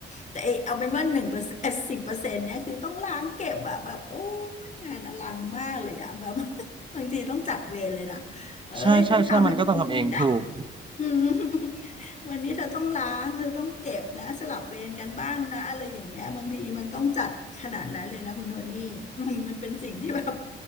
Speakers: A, on the left; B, on the right.
A: แต่ไอเอาเป็นว่าหนึ่งเปอร์เซ็นต์สิบเปอร์เซ็นต์เนี่ยคือต้องล้างเก็บอะแบบโอ้ยงานอลังมากเลยอะแบบ <laughs> บางทีต้องจัดเวรเลยนะเอ้ยฉันทำให้เธอกินนะ
B: ใช่ใช่ใช่มันก็ต้องทำเองถูก
A: <laughs> อืม <laughs> วันนี้เธอต้องล้างเธอต้องเก็บนะสลับเวรกันบ้างนะอะไรอย่างเงี้ยบางทีมันต้องจัดขนาดนั้นเลยนะคุณโทนี่ <laughs> อืมมันเป็นสิ่งที่แบบ